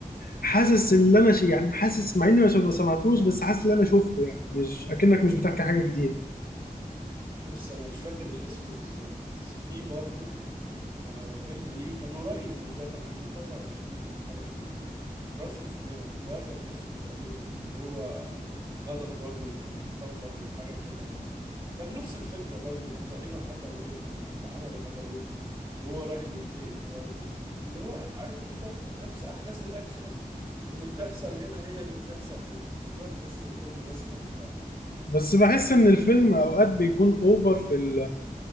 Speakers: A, on the left; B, on the right.
A: حاسس ان انا شي يعني حاسس مع اني ما شو- ما سمعتوش بس حاسس ان انا شفته يعني مش اكنك مش بتحكي حاجة جديدة
B: بص انا مش فاكر الاسم بالظبط بس في برضه آه، فيلم ليه كان قريب من ده كان 2023 او حاجة كده براس اوف مان ده كان اسمه تقريبا اللي هو غضب رجل او انتقام رجل حاجه كده يعني كان نفس الفكره برضو كان تقريبا قتلوا ابنه او عملوا حاجه لابنه وهو راح ينتقم برضو اللي هو عارف انت نفس احداث الاكشن اللي بتحصل هنا هي اللي بتحصل هنا فاللي هو تحس الفيلم نسخه من بعض
A: بس بحس ان الفيلم اوقات بيكون اوفر في ال...